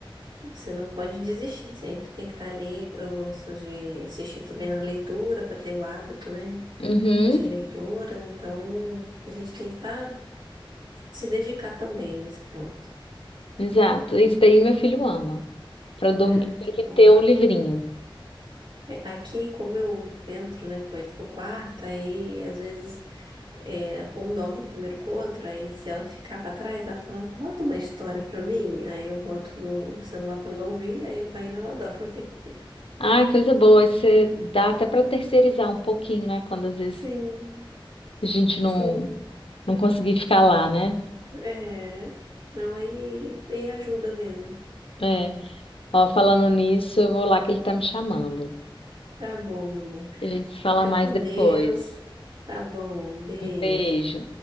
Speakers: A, on the right; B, on the left.
A: Você não pode desistir, sempre tem que estar ali. Eu gosto de assistir também na leitura, para ter o hábito, né,
B: Uhum,
A: de leitura. Então, a gente tem que estar, se dedicar também nesse ponto.
B: exato. Isso daí meu filho ama. Para dormir,
A: Ai,
B: tem
A: que
B: que
A: bom.
B: ter um livrinho.
A: É, Aqui, como eu entro, né, com eles pro quarto, aí às vezes é, um dorme primeiro com o outro, aí se ela ficar para trás, ela fala, bota uma história para mim. Aí eu boto no celular para ela ouvir, aí vai e ela dorme.
B: Ai, coisa boa. Aí Você dá até para terceirizar um pouquinho, né? Quando às vezes
A: <laughs> Sim,
B: a gente não,
A: sim.
B: não conseguir ficar lá, né?
A: É, não, aí e ajuda mesmo.
B: É. Ó, falando nisso, eu vou lá que ele tá me chamando.
A: Tá bom, meu amor.
B: A gente se fala
A: Fica
B: mais
A: com
B: depois.
A: Deus. Tá bom, beijo.
B: Beijo.